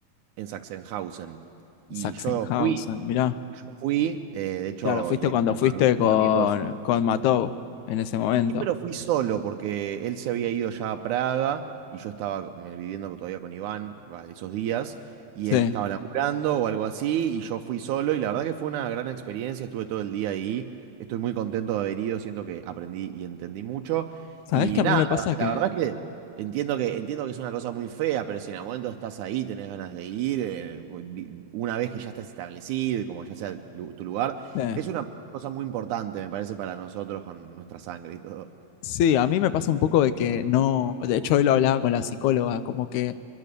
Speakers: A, on the right; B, on the left.
A: en Sachsenhausen. Y
B: Sachsenhausen,
A: yo fui.
B: mirá.
A: yo fui, eh, de hecho
B: Claro, fuiste
A: le dije
B: cuando
A: a uno
B: fuiste
A: de nuestros
B: con,
A: amigos
B: con Matov en ese momento.
A: Sí, pero fui solo porque él se había ido ya a Praga y yo estaba eh, viviendo todavía con Iván va, esos días y
B: Sí.
A: él estaba laburando o algo así y yo fui solo y la verdad que fue una gran experiencia, estuve todo el día ahí, estoy muy contento de haber ido, siento que aprendí y entendí mucho
B: ¿Sabés
A: y
B: que a
A: nada,
B: mí me pasa que...
A: la verdad es que entiendo que entiendo que es una cosa muy fea, pero si en algún momento estás ahí, tenés ganas de ir, eh, vi- una vez que ya estás establecido y como ya sea lu- tu lugar,
B: eh,
A: es una cosa muy importante, me parece, para nosotros con nuestra sangre y todo.
B: sí, a mí me pasa un poco de que no... De hecho, hoy lo hablaba con la psicóloga, como que